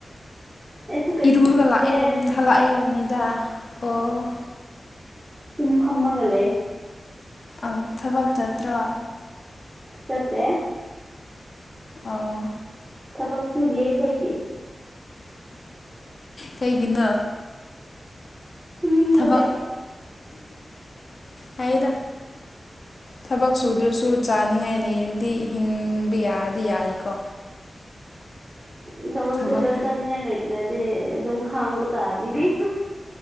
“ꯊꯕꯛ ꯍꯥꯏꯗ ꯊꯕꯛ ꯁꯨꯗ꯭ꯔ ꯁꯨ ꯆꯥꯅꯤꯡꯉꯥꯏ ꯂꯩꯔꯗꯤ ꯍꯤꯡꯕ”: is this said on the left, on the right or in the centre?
Left